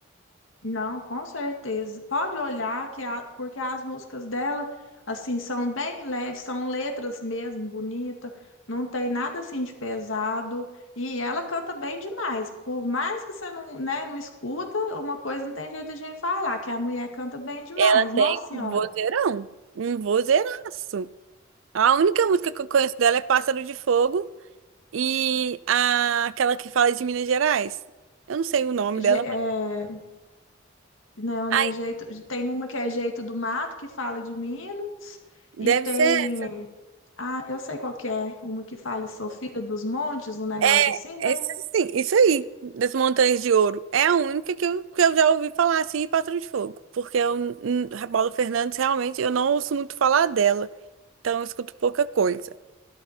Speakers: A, on the left (about 85°); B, on the right (about 80°).
A: Não, com certeza. Pode olhar que a- porque as músicas dela assim são bem leves, são letras mesmo bonita, não tem nada assim de pesado e ela canta bem demais. Por mais que você não, né, não escuta, uma coisa não tem jeito de gente falar, que a mulher canta bem demais.
B: Ela tem
A: Nossa Senhora.
B: um vozeirão, um vozeiraço. A única música que eu conheço dela é Pássaro de Fogo e a- aquela que fala de Minas Gerais. Eu não sei o nome dela,
A: Je- é,
B: mas.
A: não,
B: Ai,
A: né, jeito, tem uma que é Jeito do Mato que fala de Minas
B: deve
A: e tem,
B: ser. essa.
A: ah, eu sei qual que é, uma que fala Sou Filha dos Montes, um negócio
B: É,
A: assim, né?
B: essa sim, isso aí, das Montanhas de Ouro. É a única que eu, que eu já ouvi falar assim, e Pássaro de Fogo. Porque eu, hum, a Paula Fernandes, realmente, eu não ouço muito falar dela. Então eu escuto pouca coisa.